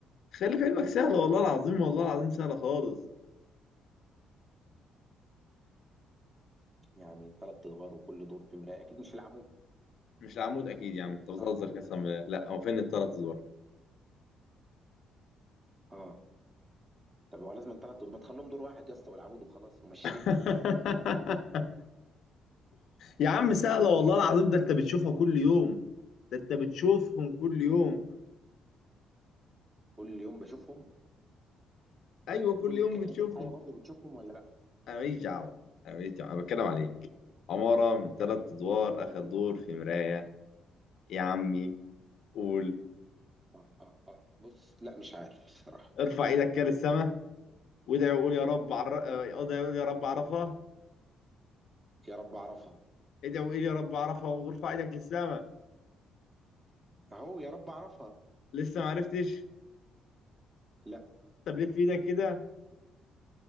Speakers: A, on the left; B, on the right.
A: خلي في علمك سهلة والله العظيم والله العظيم سهلة خالص
B: يعني ثلاث ادوار وكل دور في مرايه اكيد مش العمود
A: مش العمود أكيد يا عم أنت
B: صح
A: بتهزر قسما بالله لا هو فين التلات أزوار
B: اه طب هو لازم ثلاث ادوار ما تخليهم دور واحد يا اسطى والعمود وخلاص ومشي
A: <laughs> يا عم سهلة والله العظيم ده أنت بتشوفها كل يوم ده أنت بتشوفهم كل يوم
B: كل يوم بشوفهم
A: أيوه
B: يعني كل
A: كل يوم
B: الكائنات
A: بتشوفهم
B: الحيه برضه بتشوفهم ولا لا
A: أنا ماليش دعوة أنا ماليش دعوة أنا بتكلم عليك عمارة من تلات أدوار آخر دور في مراية يا عمي قول
B: آه آه آه. بص لا مش عارف الصراحه
A: ارفع إيدك كده للسما وادعي وقول يا رب عر... اه، ادعي وقول يا رب عرفها
B: يا رب اعرفها
A: ادعي وقول يا رب عرفها وارفع إيدك للسما
B: اهو يا رب اعرفها
A: لسه ما عرفتش
B: لا
A: طب لف ايدك كده